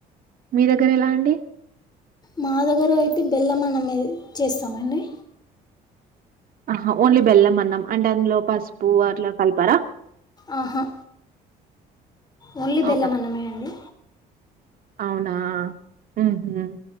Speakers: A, on the right; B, on the left.
A: మీ దగ్గర ఎలా అండి
B: మా దగ్గర అయితే బెల్లం అన్నమే చేస్తామండి
A: ఆహా ఓన్లీ బెల్లం అన్నం అంటే అందులో పసుపు అట్లా కలపరా
B: అహా ఓన్లీ
A: అవును.
B: బెల్లమన్నమే అండి
A: అవునా మ్మ్ హుం